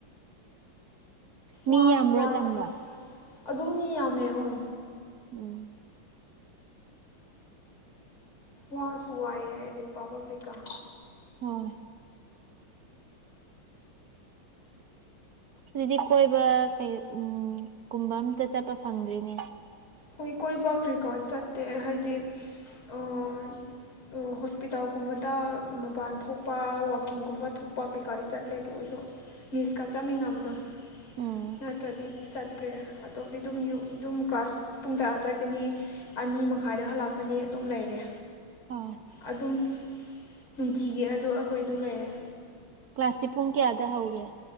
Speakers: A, on the right; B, on the left.
A: ꯃꯤ
B: ꯋꯥꯁꯨ
A: ꯌꯥꯝꯕ꯭ꯔꯣ
B: ꯋꯥꯏꯗ
A: ꯇꯝꯕ
B: ꯑꯗꯨꯝ ꯃꯤ ꯌꯥꯝꯃꯦ ꯑꯪ
A: ꯎꯝ
B: ꯋꯥꯁꯨ ꯋꯥꯏꯑꯦ ꯔꯤꯛ ꯄꯥꯕ ꯍꯧꯖꯤꯛ ꯀꯜ
A: ꯍꯣꯏ ꯑꯗꯨꯗꯤ ꯀꯣꯏꯕ ꯀꯩ ꯀꯨꯝꯕ ꯑꯝꯇ ꯆꯠꯄ ꯐꯪꯗ꯭ꯔꯦꯅꯦ
B: ꯍꯣꯏ ꯀꯣꯏꯕ ꯀꯤꯔꯤꯀꯥꯔ ꯆꯠꯇꯦ ꯑꯩ ꯍꯥꯏꯗꯤ ꯑꯥ ꯍꯣꯁꯄꯤꯇꯥꯜꯒꯨꯝꯕꯗ ꯃꯄꯥꯜ ꯊꯣꯛꯄ ꯋꯀꯤꯡꯀꯨꯝꯕ ꯊꯣꯛꯄ ꯀꯩꯀꯥꯗꯤ ꯆꯠꯂꯦ ꯑꯗꯨ ꯑꯣꯏꯁꯨ ꯃꯤꯁꯀ ꯆꯥꯃꯤꯟꯅꯕꯗꯣ
A: ꯎꯝ
B: ꯅꯠꯇ꯭ꯔꯗꯤ ꯆꯠꯇ꯭ꯔꯦ ꯑꯇꯣꯞꯗꯤ ꯑꯗꯨꯝ ꯌꯨꯝ ꯑꯗꯨꯝ ꯀ꯭ꯂꯥꯁ ꯄꯨꯡ ꯇꯔꯥ ꯆꯠꯀꯅꯤ ꯑꯅꯤ ꯃꯈꯥꯏꯗ ꯍꯜꯂꯛꯀꯅꯤ ꯑꯗꯨꯝ ꯂꯩꯔꯦ
A: ꯍꯥ
B: ꯑꯗꯨꯝ ꯅꯨꯡꯇꯤꯒꯤ ꯑꯗꯨ ꯑꯩꯈꯣꯏ ꯑꯗꯨꯝ ꯂꯩꯔꯦ
A: ꯀ꯭ꯂꯥꯁꯇꯤ ꯄꯨꯡ ꯀꯌꯥꯗ ꯍꯧꯒꯦ